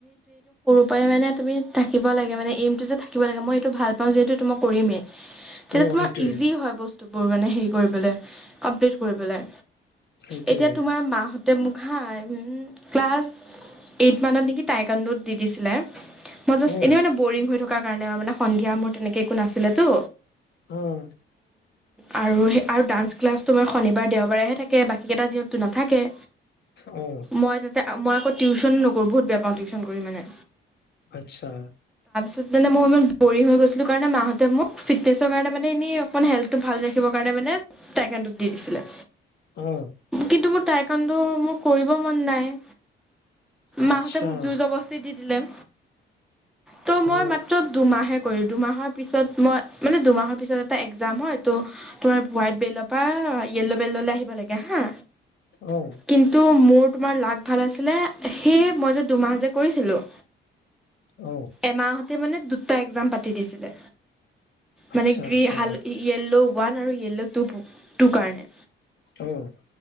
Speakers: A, in the centre; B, on the left.
A: পায় মানে তুমি থাকিব লাগে মানে এইমটো যে থাকিব লাগে, মই এইটো ভাল পাওঁ যিহেতু এইটো মই কৰিমেই। তেতিয়া
B: অ
A: তোমাৰ
B: সেইটোয়ে
A: ইজি হয় বস্তু। বোৰ মানে হেৰি কৰি পেলাই, আপডেট কৰি পেলাই।
B: সেইটোয়ে
A: এতিয়া তোমাৰ মা হত তে মোক ঘাই উম' ক্লাছ এইট মানত নেকি? টাইকাণ্ডুত দি দিছিলে। মই জাষ্ট
B: অ
A: এনে মানে বৰিং হৈ থাকো। থকা কাৰণে আৰু মানে সন্ধিয়া মোৰ তেনেকে একো নাছিলেতো।
B: উম'
A: আৰু সেই আৰু ডান্স ক্লাছটো তোমাৰ শনিবাৰ, দেওবাৰেহে থাকে বাকীকেইটা দিনতো নাথাকে।
B: উম
A: মই তাতে মই আকৌ টিউশ্যনো নকৰোঁ বহুত বেয়া পাওঁ টিউচন কৰি মানে।
B: আচ্ছা।
A: তাত মোৰ মানে মই ইমান বৰিং হৈ গৈছিলোঁ কাৰণে মাহঁতে মোক ফিটনেছৰ কাৰণে মানে এনেই অকণ হেল্থ টু ৰাখিব কাৰণে মানে টাইকাণ্ডোক দি দিছিলে
B: অ
A: কিন্তু মোৰ টাই কাৰণটো মো কৰিব মন নাই।
B: আচ্ছা
A: মাহঁতে মোক যুৰজবস্তি দি দিলে। ত'
B: অ
A: মই মাত্ৰ দুমাহে কৰি দুমাহৰ পিছত মই মানে দুমাহৰ পিছত এটা এক্জাম হয় ত' তোমাৰ হোৱাইট বেল্টৰ পৰা য়েল্ল' বেল্টলৈ আহিব লাগে হা
B: অ
A: কিন্তু মোৰ তোমাৰ লাক ভাল আছিলে, সেই মই যে দুমাহ যে কৰিছিলোঁ
B: অ
A: এমাহতে মানে দুট টা এক্সাম পাতি দিছিলে।
B: আচ্ছা
A: মানে গ্ৰী
B: আচ্ছা
A: হাল ই য়েল্লো' ওৱান আৰু য়েল্ল' টু টু কাৰণে।
B: অ'।